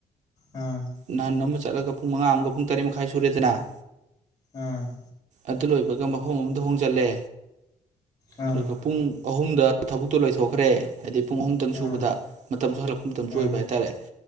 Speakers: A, on the left; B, on the right.
A: ꯎꯝ
B: ꯅꯍꯥꯟ ꯑꯃ ꯆꯠꯂꯒ ꯄꯨꯡ ꯃꯉꯥ ꯑꯃꯒ ꯄꯨꯡ ꯇꯔꯦꯠ ꯃꯈꯥꯏ ꯁꯨꯔꯦꯗꯅ
A: ꯑꯝ
B: ꯑꯗꯨ ꯂꯣꯏꯕꯒ ꯃꯐꯝ ꯑꯃꯗ ꯍꯣꯡꯖꯜꯂꯦ
A: ꯎꯝ
B: ꯑꯗꯨꯒ ꯄꯨꯡ ꯑꯍꯨꯝꯗ ꯊꯕꯛꯇꯨ ꯂꯣꯏꯊꯣꯛꯈ꯭ꯔꯦ ꯍꯥꯏꯗꯤ ꯄꯨꯡ ꯑꯍꯨꯝꯇꯪ
A: ꯎꯝ
B: ꯁꯨꯕꯗ ꯃꯇꯝꯁꯨ ꯍꯜꯂꯛꯄ ꯃꯇꯝꯁꯨ
A: ꯎꯝ
B: ꯑꯣꯏꯕ ꯍꯥꯏꯇꯥꯔꯦ